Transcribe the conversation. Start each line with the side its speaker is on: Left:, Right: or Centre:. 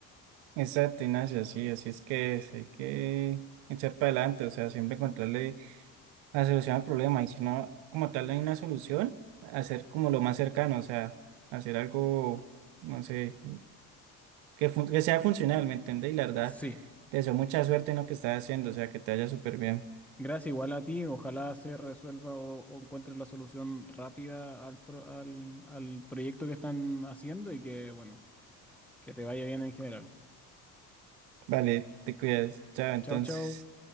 Right: Exacto, Ignacio, así, así es que es, hay que echar para adelante, o sea, siempre encontrarle la solución al problema. Y si no, como tal, no hay una solución, hacer como lo más cercano, o sea, hacer algo, no sé. que, fun- que sea funcional, ¿me entendés? Y la verdad,
Centre: Sí.
Right: te deseo mucha suerte en lo que estás haciendo, o sea, que te vaya súper bien.
Centre: Gracias igual a ti. Ojalá se resuelva o, o encuentres la solución rápida al, pro- al, al proyecto que están haciendo y que, bueno, que te vaya bien en general.
Right: Vale, te cuidas. Chao, entonces.
Centre: Chao, chao.